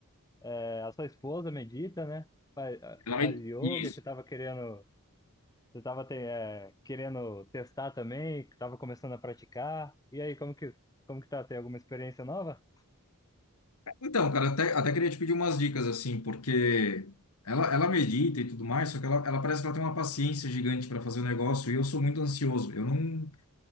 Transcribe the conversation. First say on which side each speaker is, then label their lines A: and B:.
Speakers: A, on the left; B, on the left.
A: é, a sua esposa medita, né? Faz, a-
B: Ela me-
A: faz yoga,
B: Isso.
A: e você tava querendo, você tava te- é, querendo testar também, que tava começando a praticar. E aí, como que, como que tá? Tem alguma experiência nova?
B: Então, cara, até, até queria te pedir umas dicas, assim, porque ela, ela medita e tudo mais, só que ela, ela parece que ela tem uma paciência gigante para fazer o negócio e eu sou muito ansioso. Eu não.